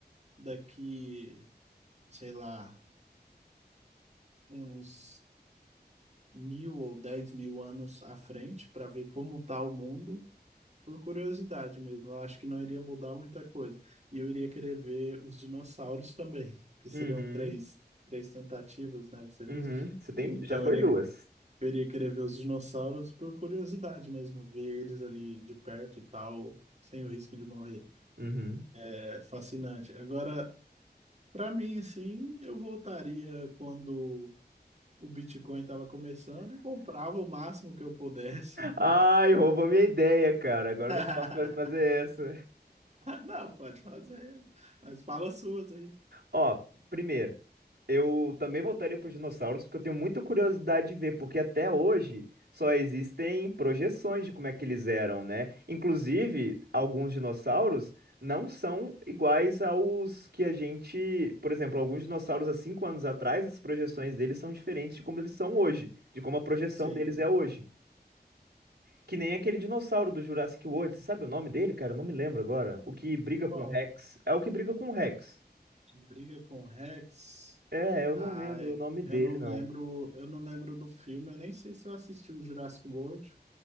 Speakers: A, on the right; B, on the right.
A: daqui, sei lá, uns mil ou dez mil anos à frente, para ver como tá o mundo, por curiosidade mesmo. Eu acho que não iria mudar muita coisa. E eu iria querer ver os dinossauros também, que seriam
B: Uhum.
A: três, três tentativas, né? Você disse?
B: Uhum. Você tem,
A: Então,
B: já foi
A: eu iria,
B: duas.
A: eu iria querer ver os dinossauros por curiosidade mesmo, ver eles ali de perto e tal, sem o risco de morrer.
B: Uhum.
A: É fascinante. Agora, para mim, assim, eu voltaria quando o Bitcoin estava começando e comprava o máximo que eu pudesse.
B: Ai, roubou minha ideia, cara. Agora
A: <laughs>
B: eu não posso mais fazer essa.
A: Não, pode fazer, mas fala as suas aí.
B: Ó, primeiro, eu também voltaria para os dinossauros, porque eu tenho muita curiosidade de ver, porque até hoje só existem projeções de como é que eles eram, né? Inclusive, alguns dinossauros não são iguais aos que a gente. Por exemplo, alguns dinossauros há cinco anos atrás, as projeções deles são diferentes de como eles são hoje, de como a projeção
A: Sim.
B: deles é hoje. Que nem aquele dinossauro do Jurassic World, você sabe o nome dele, cara? Eu não me lembro agora. O que briga com
A: Qual?
B: o Rex. É o que briga com o Rex.
A: Que Briga com o Rex?
B: É, eu
A: Ai,
B: não lembro o nome dele,
A: eu não
B: não.
A: lembro, eu não lembro do filme, eu nem sei se eu assisti o Jurassic World.